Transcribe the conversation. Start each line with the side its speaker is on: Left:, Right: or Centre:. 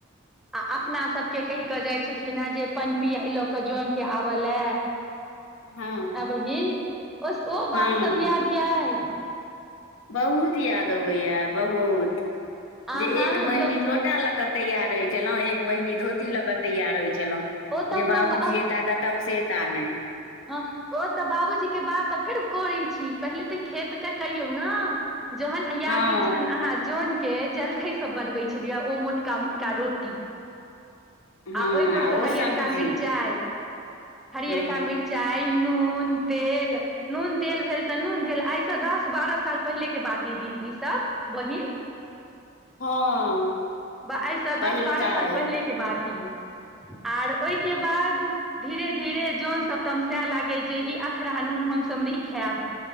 Centre: आ अपना सबके कहि क जाय छलखिन हे जे पन पीयाई लऽ क जन के आबलए
Left: हँ
Centre: आं बहिन ओ ओ
Left: हँ
Centre: बात सब याद याई
Left: बहुत याद अबै या बहुत
Centre: अहाँ
Left: जे एक
Centre: जो
Left: बहिनी लोट टा लऽ क तैयार होइ छलहुं एक बहनी धोती लऽ क तैयार होइ छलहुँ
Centre: ओ तऽ
Left: जे बाबुजी
Centre: अपना
Left: येता त तमसेएता नै
Centre: हँ ओ त बाबूजी के बात त फेर करै छी पहिले त खेतके करियौ न जोहन याद
Left: हँ
Centre: यौ जहन अहाँ जौन के जलखै सब बनबै छलिय ओ मोटका मोटका रोटी
Left: हँ
Centre: आ ओयपरसँ
Left: ओ
Centre: हरिअरका
Left: सब्जी
Centre: मिर्चाइ हरियर
Left: हँ
Centre: का मिरचाइ नून तेल नून तेल भेल तऽ नून तेल आइसँ दस बारह साल पहिलेके बात य दीदी ईसभ बहिन
Left: हँ
Centre: ब आइसँ
Left: पहिलका
Centre: दस बारह साल
Left: अइ
Centre: पहिले के बात ई आर ओहिके बाद धीरे धीरे जोन सब तम सए लागै छै जे ई अखरा नून हमसभ नहि खायब